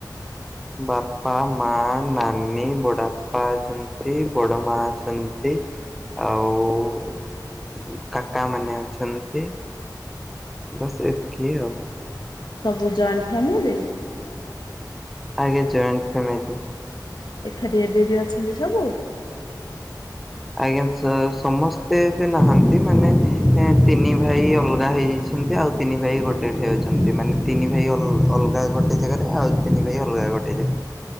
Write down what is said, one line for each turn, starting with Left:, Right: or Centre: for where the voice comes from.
Centre: ବାପା, ମା, ନାନୀ, ବଡ଼ବାପା ଅଛନ୍ତି ବଡ଼ ମା ଅଛନ୍ତି। ଆଉ ଉଁ କାକା ମାନେ ଅଛନ୍ତି। ବାସ୍ ଏତିକି ଆଉ।
Left: ସବୁ ଜଏଣ୍ଟ ଫ୍ୟାମିଲି।
Centre: ଆଜ୍ଞା ଜଏଣ୍ଟ୍ ଫ୍ୟାମିଲି।
Left: ଏକାଠି ଏବେ ବି ଅଛନ୍ତି ସବୁ।
Centre: ଆଜ୍ଞା ସ ସମସ୍ତେ ଏବେ ନାହାନ୍ତି ମାନେ ଏଁ ତିନି ଭାଇ ଅଲଗା ହେଇଯାଇ ଛନ୍ତି ଆଉ ତିନି ଭାଇ ଗୋଟେ ଏଠି ଅଛନ୍ତି ମାନେ ତିନି ଭାଇ ଅଲ୍ ଅଲଗା ଗୋଟେ ଜାଗାରେ ଆଉ ତିନି ଭାଇ ଅଲଗା। ଆଉ ଗୋଟେ ଯେ